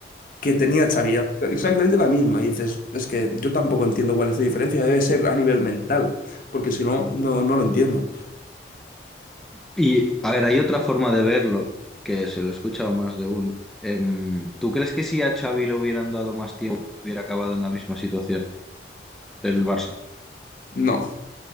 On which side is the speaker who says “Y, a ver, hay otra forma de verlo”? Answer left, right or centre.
Centre